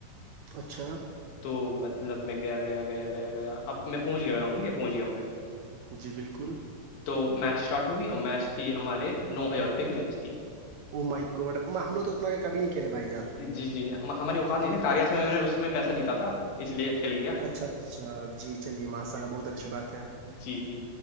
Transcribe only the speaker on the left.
تو مطلب میں گیا گیا گیا گیا گیا <inaudible> میں پہنچ گیا ہو رہا ہوں ٹھیک ہے پہنچ گیا ہوں میں
تو میچ اسٹارٹ تو بھی میچ تھی ہمارے نو ہزار روپے کی میچ تھی
جی جی ہاں ہم ہماری اوقات نہیں ہے نا کاریا سے میں نے اس میں پیسہ جیتا تھا اس لیے کھیل گیا
جی جی